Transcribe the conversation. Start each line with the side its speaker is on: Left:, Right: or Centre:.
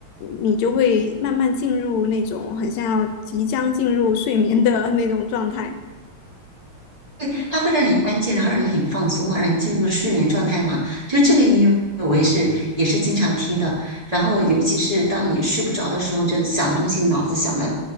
Left: 你就会慢慢进入那种很像要即将进入睡眠的 <laughs> 那种状态。
Right: 对，它会让你安静，然后让你很放松嘛，让你进入一个睡眠状态嘛。就这个音乐，我也是也是经常听的。然后，尤其是当你睡不着的时候，就想东西，脑子想的